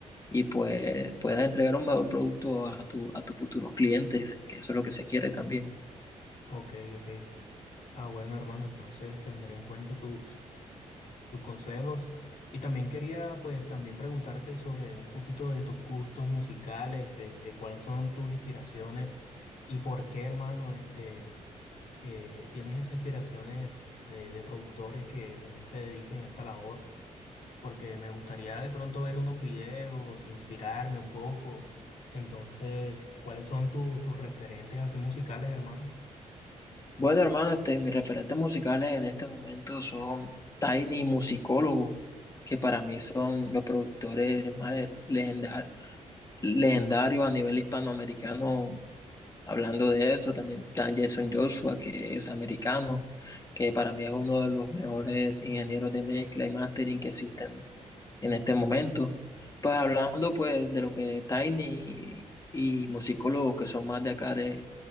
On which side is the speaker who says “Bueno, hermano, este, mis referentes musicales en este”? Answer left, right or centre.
Left